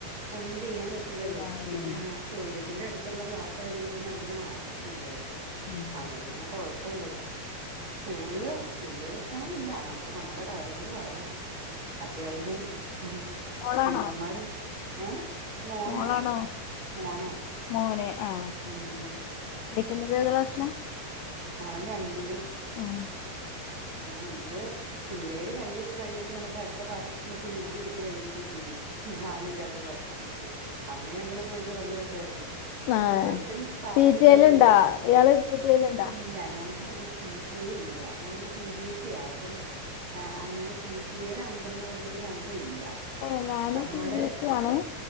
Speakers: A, on the right; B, on the left.
A: ഒന്നും ചെയ്യാൻ പറ്റ പറ്റില്ലല്ലോ
B: ശരിയാവയല്ലോ
A: പിന്നെ ആ ടോയ്ലറ്റിന്റെ അടുത്തുള്ള ഗ്ലാസ് ആയതുകണ്ട് പിന്നെ അവിടുന്ന് മാറ്റിച്ചു എന്തായാലും
B: ഉം
A: അതൊണ്ട്ന്നെ കുഴപ്പമില്ല ഇപ്പൊ സ്കൂളില് വല്യേ പ്രശ്നങ്ങളില്ല നമുക്ക് നമ്മുടെ കാര്യങ്ങള് പറയാം അത്യാവശ്യം ഹ്
B: മോളാണോ
A: ടീച്ചർമാര് ഏഹ് മോനാ
B: മോളാണോ
A: മോനാ
B: മോന് ആ
A: ഉം
B: പഠിക്കുന്നത് ഏത് ക്ലാസ്സിലാ
A: അവന് രണ്ടില്
B: ആഹ്
A: ഏഹ് ഇത് പിള്ളേര് കയ്യൊക്കെ കഴികി യിട്ട് വന്നിട്ട് അടുത്ത പാത്രത്തി ന്നൊക്കെ വീണ്ടും എടുത്ത് കഴിക്കു ക്കെ ചെയ്യും ആളില്ലാത്ത പാത്രത്തിൽന്നൊക്കെ അന്നേ ഞങ്ങള് പോയപ്പോ നല്ല രസായിരുന്നു
B: ആഹ്
A: ഒരുത്തന് പാത്ര
B: പി ടി
A: എല്ലാം
B: എ ലുണ്ടാ
A: കഴുകി തിരിച്
B: ഇയാള് പി ടി എ ലുണ്ടാ
A: ഇല്ല ഞാൻ ഇക്കഅങ്ങനെ പീ ട്ടി യെ ഇല്ല നമ്മള് സി ബി എസ് ഇ ആ അപ്പം അങ്ങനെ പി ടി എയുടെ അംഗംന്ന് പറഞ്ഞിട്ട് ഒരു അംഗം ഇല്ല
B: ഏ ഞാന്
A: നമ്മള്
B: സി ബി എസ് ഇ ആണ്